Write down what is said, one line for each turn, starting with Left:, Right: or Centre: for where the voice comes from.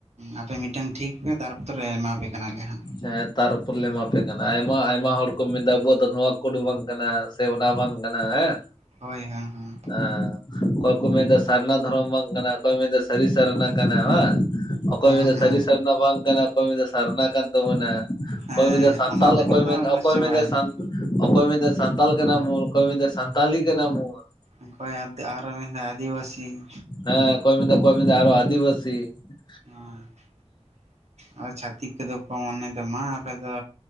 Right: ᱟᱯᱮ ᱢᱤᱫᱴᱟᱝ ᱴᱷᱤᱠ ᱯᱮ ᱛᱟᱨᱯᱛᱚᱨᱮ ᱮᱢᱟ ᱯᱮ ᱠᱟᱱᱟᱞᱮ ᱦᱟᱸᱜ
Left: ᱦᱮᱸ ᱛᱟᱨᱯᱚᱨ ᱞᱮ ᱮᱢᱟᱯᱮ ᱠᱟᱱᱟ ᱟᱭᱢᱟ ᱟᱭᱢᱟ ᱦᱚᱲ ᱠᱚ ᱢᱮᱱᱫᱟ ᱟᱵᱚᱣᱟᱜ ᱫᱚ ᱱᱚᱣᱟ ᱠᱚᱫᱚ ᱵᱟᱝ ᱠᱟᱱᱟ᱾ ᱥᱮ ᱚᱱᱟ ᱵᱟᱝ ᱠᱟᱱᱟ ᱦᱮᱸ
Right: ᱦᱳᱭ ᱦᱮᱸ ᱦᱮᱸ
Left: ᱦᱮᱸ ᱚᱠᱚᱭ ᱠᱚ ᱢᱮᱱᱫᱟ ᱥᱟᱨᱱᱟ ᱫᱷᱚᱨᱚᱢ ᱵᱟᱝ ᱠᱟᱱᱟ ᱚᱠᱚᱭ ᱠᱚ ᱢᱮᱱᱫᱟ ᱥᱟᱹᱨᱤ ᱥᱟᱨᱱᱟ ᱠᱟᱱᱟ ᱵᱟᱝ ᱚᱠᱚᱭ
Right: ᱦᱮᱸ
Left: ᱢᱮᱱᱫᱟ
Right: ᱦᱮᱸ
Left: ᱥᱟᱹᱨᱤ ᱥᱟᱨᱱᱟ ᱵᱟᱝ ᱠᱟᱱᱟ ᱚᱠᱚᱭ ᱢᱮᱱᱫᱟ ᱥᱟᱨᱱᱟ ᱠᱟᱱ ᱟᱫᱚ ᱢᱟᱱᱮ
Right: ᱦᱮᱸ
Left: ᱚᱠᱚᱭ ᱢᱮᱱᱫᱟᱭ ᱥᱟᱱᱛᱟᱞ
Right: ᱚᱱᱟ ᱛᱮᱜᱮ
Left: ᱚᱠᱚᱭ
Right: ᱛᱚ ᱟᱫᱚ
Left: ᱢᱮᱱᱫᱟ ᱚᱠᱚᱭ
Right: ᱪᱟᱵᱟᱭᱮᱱᱟ
Left: ᱢᱮᱱᱟᱭ ᱥᱟᱱᱛᱟ ᱚᱠᱚᱭ ᱢᱮᱱᱫᱟᱭ ᱥᱟᱱᱛᱟᱞ ᱠᱟᱱᱟ ᱵᱩᱱ ᱚᱠᱚᱭ ᱢᱮᱱᱫᱟᱭ ᱥᱟᱱᱛᱟᱞᱤ ᱠᱟᱱᱟ ᱵᱚᱱ ᱾
Right: ᱚᱠᱚᱭ ᱟᱨ ᱢᱮᱱᱫᱟ ᱟᱫᱤᱵᱟᱥᱤ ᱾
Left: ᱦᱮᱸ ᱚᱠᱚᱭ ᱢᱮᱱ ᱫᱟ ᱚᱠᱚᱭ ᱢᱮᱱᱫᱟ ᱟᱨᱦᱚᱸ ᱟᱫᱤᱵᱟᱥᱤ ᱾
Right: <unintelligible> ᱟᱨ ᱪᱷᱟᱛᱤᱠ ᱠᱚᱫᱚ ᱠᱚ ᱢᱚᱱᱮ ᱫᱟ ᱢᱟ ᱟᱯᱮ ᱫᱚ